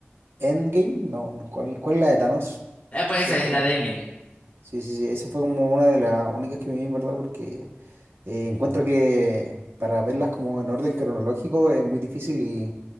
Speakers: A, on the right; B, on the left.
A: Endgame, no, no, ¿cuál, cuál es la de Thanos?
B: Ah, pues
A: Creo
B: esa
A: que
B: es la
A: fue-
B: de Endgame.
A: Sí, sí, sí, esa fue como una de las únicas que me vi, en verdad, porque eh, encuentro que para verlas como en orden cronológico es muy difícil y,